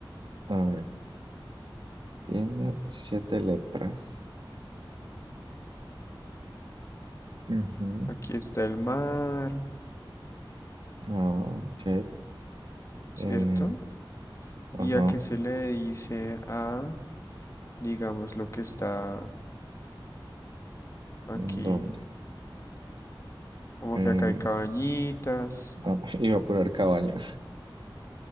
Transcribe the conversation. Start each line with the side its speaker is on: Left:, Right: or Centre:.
Right: a ver. Tiene siete letras. Ujú.
Left: Aquí está el mar,
Right: Ah, ok.
Left: ¿cierto?
Right: Eh, ajá.
Left: ¿Y a qué se le dice a, digamos, lo que está aquí?
Right: ¿En ¿Dónde?
Left: Como
Right: Eh,
Left: que acá hay cabañitas.
Right: ah, <laughs> iba a poner cabaña.